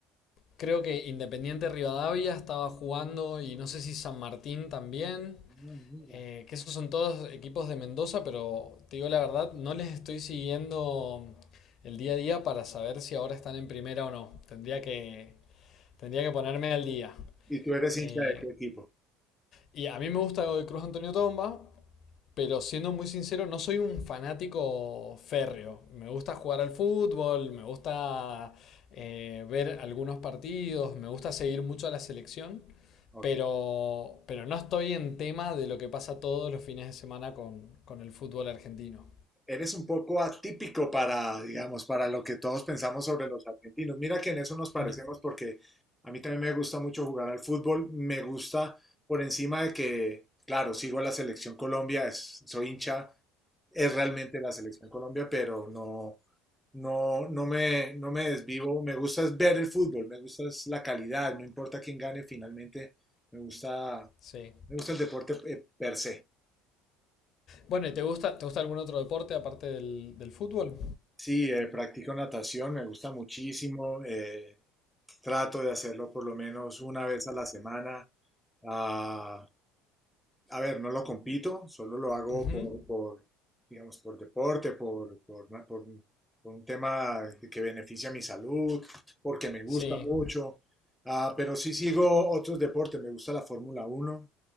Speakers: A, on the left; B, in the centre.
A: creo que Independiente Rivadavia estaba jugando y no sé si San Martín también.
B: Ah, mira.
A: Eh, que esos son todos equipos de Mendoza, pero te digo la verdad, no les estoy siguiendo el día a día para saber si ahora están en primera o no. Tendría que, tendría que ponerme al día.
B: ¿Y tú eres
A: Eh,
B: hincha de qué equipo?
A: y a mí me gusta de Cruz Antonio Tomba, pero siendo muy sincero, no soy un fanático férreo. Me gusta jugar al fútbol, me gusta eh, ver algunos partidos, me gusta seguir mucho a la selección,
B: Ok.
A: pero, pero no estoy en tema de lo que pasa todos los fines de semana con, con el fútbol argentino.
B: Eres un poco atípico para, digamos, para lo que todos pensamos sobre los argentinos. Mira que en eso nos parecemos
A: No.
B: porque a mí también me gusta mucho jugar al fútbol. Me gusta por encima de que, claro, sigo a la selección Colombia, es- soy hincha, es realmente la selección Colombia, pero no, no, no me, no me desvivo. Me gusta es ver el fútbol, me gusta es la calidad, no importa quién gane finalmente, me gusta
A: Sí.
B: Me gusta el deporte eh, per se.
A: Bueno, ¿y te gusta, te gusta algún otro deporte aparte del, del fútbol?
B: Sí, eh, practico natación, me gusta muchísimo. eh, trato de hacerlo por lo menos una vez a la semana. Ah, a ver, no lo compito, solo lo hago
A: Ujú.
B: por, por, digamos, por deporte, por, por, una- por un por un tema que beneficia mi salud, porque me gusta
A: Sí.
B: mucho. Ah, pero sí sigo otros deportes, me gusta la Fórmula Uno.